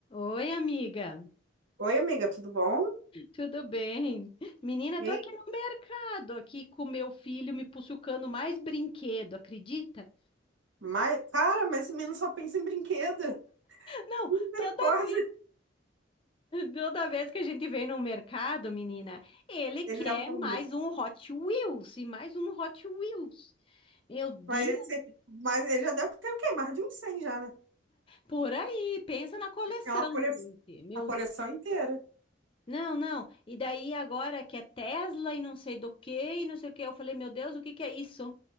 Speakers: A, on the left; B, on the right.
A: Oi, amiga.
B: Oi, amiga, tudo bom?
A: Tudo bem? Menina,
B: E
A: tô
B: aí?
A: aqui no mercado, aqui com meu filho me puxucando mais brinquedo, acredita?
B: Mas, cara, mas esse menino só pensa em brinquedo.
A: Não,
B: Misericórdia.
A: toda vez, toda vez que a gente vem no mercado, menina, ele quer
B: Ele leva um...
A: mais um Hot Wheels e mais um Hot Wheels. Meu Deus,
B: Mas, esse- mas ele já deve ter o quê? Mais de uns 100 já, né?
A: por aí, pensa na coleção,
B: É uma cole...
A: gente. Meu,
B: a coleção inteira.
A: não, não. E daí agora que é Tesla e não sei do que e não sei o que, eu falei, meu Deus, o que que é isso?